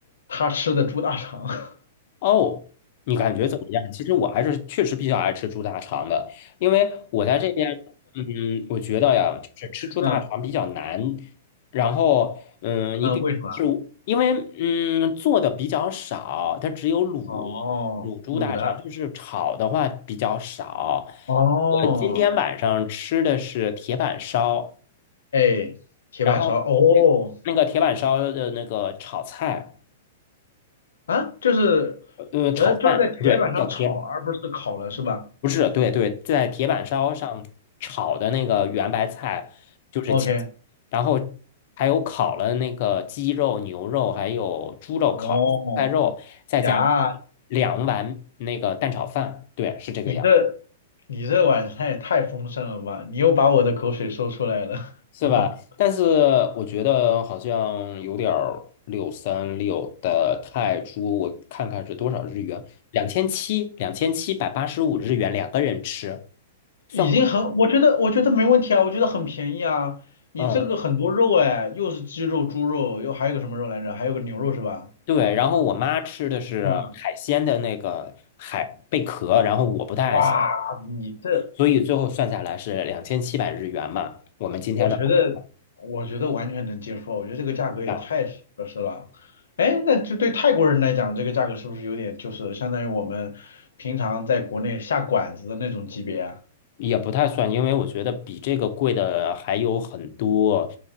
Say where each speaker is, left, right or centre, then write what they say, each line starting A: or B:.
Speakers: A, on the left (about 85°); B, on the left (about 55°).
A: 她吃的猪大肠。<laughs>
B: 哦，你感觉怎么样？其实我还是确实比较爱吃猪大肠的，因为我在这边，嗯，我觉得呀，就是吃猪大肠比较难。
A: 嗯
B: 然后，嗯，你比是因为嗯做的比较少，
A: 嗯，为什么？
B: 它只有卤
A: 哦，
B: 卤猪大肠，
A: 卤的。
B: 就是炒的话比较少。
A: 哦，
B: 我今天晚上吃的是铁板烧。
A: 哎，铁板烧。
B: 然后
A: 哦，
B: 那个铁板烧的那个炒菜，
A: 啊，就是，
B: 呃，炒饭，
A: 呃，就是在铁板上炒，
B: 不对，叫铁，
A: 而不是烤了，是吧
B: 不是，对对，在铁板烧上炒的那个圆白菜就是青菜，
A: ？OK，
B: 然后还有烤了那个鸡肉、牛肉，还有猪肉，烤了菜肉，
A: 哦，
B: 再加
A: 呀，
B: 两碗那个蛋炒饭，对，是这个样。
A: 你这你这晚餐也太丰盛了吧？你又把我的口水说出来了。
B: 是吧？
A: <laughs>
B: 但是我觉得好像有点六三六的泰铢，我看看是多少日元？两千七，两千七百八十五日元，两个人吃，
A: 已经很，
B: 算贵。
A: 我觉得我觉得没问题啊，我觉得很便宜啊。你这个很多肉哎，
B: 嗯，
A: 又是鸡肉、猪肉，又还有个什么肉来着？还有个牛肉是吧？
B: 对。然后我妈吃的是海鲜的那个海贝壳，
A: 嗯，
B: 然后我不太爱吃，
A: 哇，你这，
B: 所以最后算下来是两千七百日元嘛。我们今天的晚
A: 我觉得我觉得完全能接受啊，我觉得这个价格也太合适了。
B: 饭
A: 哎，那就对泰国人来讲，这个价格是不是有点就是相当于我们平常在国内下馆子的那种级别啊？
B: 也不太算，因为我觉得比这个贵的还有很多。